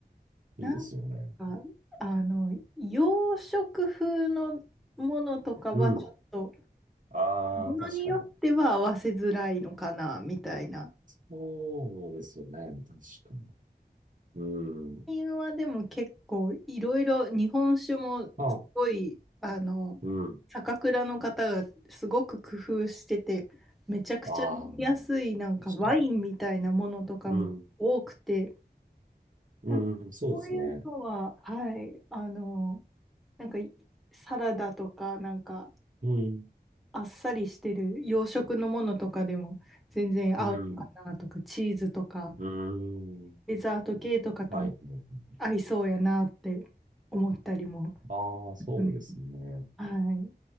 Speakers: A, on the right (about 50°); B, in the centre.
A: いいですよね。
B: なんか、あの、洋食風のものとかはちょっと、
A: うん。ああ、
B: ものによっては合わせづらいのかな、
A: 確かに。
B: みたいな。
A: そうですよね。確かに。うん。
B: 最近はでも結構いろいろ日本酒もすごいあの酒蔵の方がすごく工夫しててめちゃくちゃ飲みやすいなんかワインみたいなものとかも多くて
A: あ、うん。ああ、確かに。うん。うん、
B: なんかそういうのははいあの
A: そうですね。
B: なんかいサラダとかなんか
A: うん。
B: あっさりしてる洋食のものとかでも全然合うのかなとかチーズとか
A: うん。うん。
B: デザート系とかとも
A: はい。はいはい
B: 合いそうやなって思ったりも。
A: ああ、そうですね。
B: うんはい。